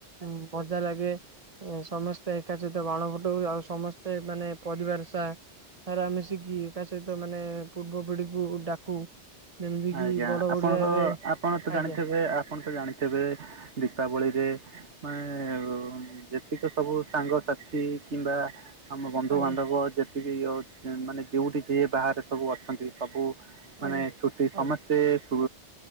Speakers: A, on the right; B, on the right.
A: ମଜା ଲାଗେ। ସମସ୍ତେ ଏକା ସହିତ ବାଣ ଫୁଟଉ ଆଉ ସମସ୍ତେ ମାନେ ପରିବାର ସା ସାର ଆମେ ଶିଖି ତା ସହିତ ମାନେ ପୂର୍ବ ପିଢିକୁ ଡାକୁ। ଯେମିତି କିି
B: ଆଜ୍ଞା
A: ବଡ
B: ଆପଣ
A: ଓଡିଆରେ
B: ତ ଆପଣ ତ
A: ଆଜ୍ଞା
B: ଜାଣିଥିବେ ଆପଣ ତ ଜାଣିଥିବେ ଦୀପାବଳିରେ ମାନେ ଯେତିକି ସବୁ ସାଙ୍ଗସାଥି କିମ୍ବା ଆମ ବନ୍ଧୁବାନ୍ଧବ
A: ଆଜ୍ଞା
B: ଯେତିକି ମାନେ ଯଉଠି ଯିଏ ବାହାରେ ସବୁ ଅଛନ୍ତି ସବୁ ମାନେ
A: ଆଜ୍ଞା
B: ଛୁଟି
A: ଆଜ୍ଞା
B: ସମସ୍ତେ ସୁ